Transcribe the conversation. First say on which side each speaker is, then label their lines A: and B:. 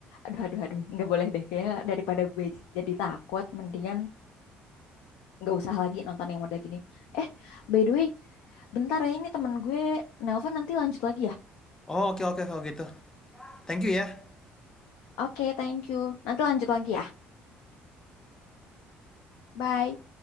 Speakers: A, on the left (about 85°); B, on the left (about 15°).
A: aduh aduh aduh nggak boleh deh kayaknya daripada gue jadi takut mendingan nggak usah lagi nonton yang udah gini. Eh, by the way, bentar ya ini temen gue nelpon nanti lanjut lagi ya.
B: Oh, oke oke kalau gitu. Thank you ya.
A: Oke, thank you. Nanti lanjut lagi ya. Bye.